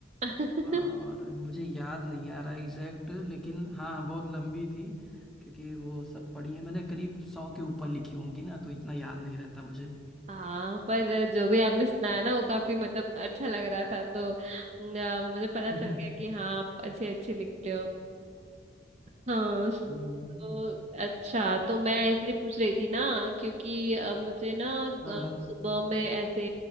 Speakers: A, on the right (about 35°); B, in the centre.
A: <laughs>
B: और मुझे याद नहीं आ रहा एग्जैक्ट लेकिन हाँ बहुत लंबी थी क्योंकि वो सब पढ़ी है मैंने करीब सौ के ऊपर लिखी होंगी ना तो इतना याद नहीं रहता मुझे
A: हाँ पर जो भी आपने सुनाया ना वो काफी मतलब अच्छा लग रहा था तो अ, मुझे पता
B: <laughs>
A: चल गया कि हाँ आप अच्छे अच्छे लिखते हो हाँ स-
B: हम्म,
A: तो अच्छा तो मैं इसलिए पूछ रही थी ना क्योंकि अ, मुझे ना अ,
B: हाँ हाँ
A: सुबह में ऐसे